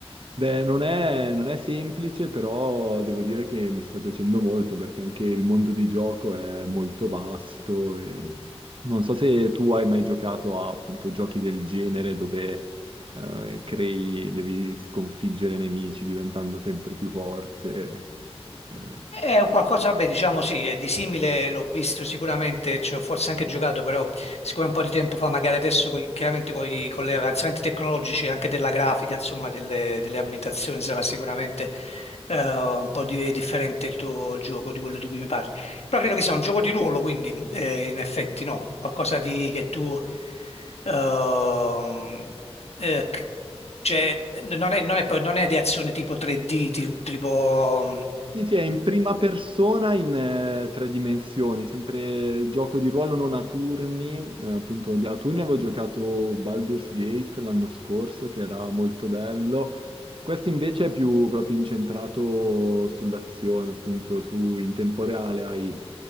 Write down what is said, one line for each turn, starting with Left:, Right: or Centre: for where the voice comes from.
Right: Beh, non è, non è semplice, però devo dire che mi sta piacendo molto perché anche il mondo di gioco è molto vasto e non so se tu hai mai giocato a appunto giochi del genere dove eh, crei, devi sconfiggere nemici diventando sempre più forte. eh,
Left: È un qualcosa, vabbè, diciamo sì, eh, di simile l'ho visto sicuramente, ci ho forse anche giocato, però siccome un po' di tempo fa, magari adesso coi- chiaramente coi- con gli avanzamenti tecnologici anche della grafica, insomma, delle, delle ambientazioni sarà sicuramente eh, un po' di- differente il tuo gioco di quello di cui mi parli. Però credo che sia un gioco di ruolo, quindi eh, in effetti no, qualcosa di che tu ehm, eh, c- cioè, non è, non è, non è di azione tipo 3D, ti- tipo,
Right: Sì, sì, è in prima persona in eh, tre dimensioni, sempre gioco di ruolo non a turni, eh, appunto di- a turni avevo giocato Baldur's Gate l'anno scorso che era molto bello, questo invece è più proprio incentrato sull'azione, appunto tu in tempo reale hai-